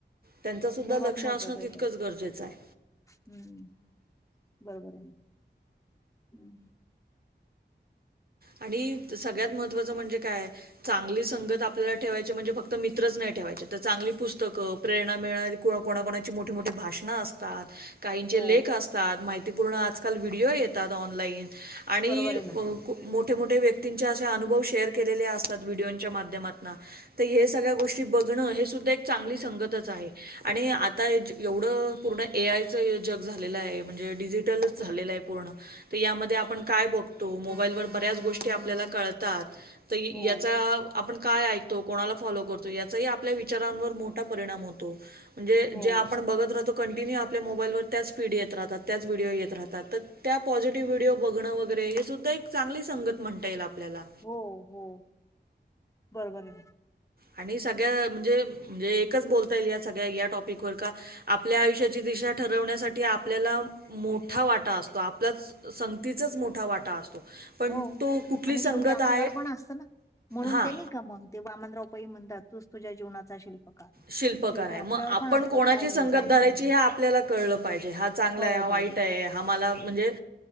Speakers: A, on the right (about 55°); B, on the left (about 15°).
A: त्यांच सुद्धा
B: सर्वात
A: लक्ष असणं
B: महत्त्वाचं आहे
A: तितकंच
B: ते
A: गरजेचं आहे.
B: हम्म बरोबर आहे हम्म.
A: आणि सगळ्यात महत्त्वाचं म्हणजे काय चांगली संगत आपल्याला ठेवायची म्हणजे फक्त मित्रच नाही ठेवायचे तर चांगली पुस्तकं प्रेरणा मिळणारी कोणाकणाची मोठी मोठी भाषणं अस तात काहीचे
B: हो
A: लेख असतात माहितीपूर्ण आजकाल व्हिडिओ येतात ऑनलाईन आणि
B: बरोबर आहे ना
A: ब मोठे मोठे व्यक्तींचे अशे अनुभव शेअर केलेले असतात व्हिडिओच्या माध्यमातन तर हे सगळ्या गोष्टी बघणं हे सुद्धा एक चांगली संगतच आहे. आणि आता एवढं पूर्ण ए आयचं जग झालेलं आहे म्हणजे डिजिटलच झालेलं आहे पूर्ण तर यामध्ये आपण काय बघतो मोबाईलवर बऱ्याच गोष्टी आपल्याला कळतात तर याचा
B: हो
A: आपण काय ऐकतो कोणाला फॉलो करतो याचाही आपल्या विचारांवर मोठा परिणाम होतो. म्हणजे
B: हो
A: जे आपण बघत राहतो. कंटिन्यू आपल्या मोबाईलवर त्याच फीड येत राहतात त त्या पॉझिटिव्ह व्हडिओ बघणं व वगैरे हे सुद्धा एक चांगली संगत म्हणता येईल आपल्याला.
B: हो हो बरोबर आहे.
A: आणि सगळ्या म्हणजे म्हणजे एकच बोलता येईल या सगळ्या या टॉपिकवर का आपल्या आयुष्याची दिशा ठरवण्यासाठी आपल्याला मोठा वाटा असतो आपलाच संगतीचाच मोठा वाटा असतो. पण
B: हो
A: तो कुठली
B: आणि
A: संगत
B: शेवटी आपल्यावर
A: आहे
B: पण असतं ना म्हणून
A: हां.
B: ते नाही का मंग ते वामनराव पाही म्हणतात तूच तुझ्या जीवनाचा शिल्पकार.
A: शिल्पकार
B: शेवटी
A: आहे
B: आपल्यावर
A: मग आपण
B: पण असतं
A: कोणाची
B: काय घ्यायचं
A: संगत
B: आणि
A: धरायची
B: काय नाही
A: हे आपल्याला कळलं पाहिजे हा चांगला
B: कळलं
A: आहे हा वाईट
B: पाहिजे
A: आहे हा मला म्हणजे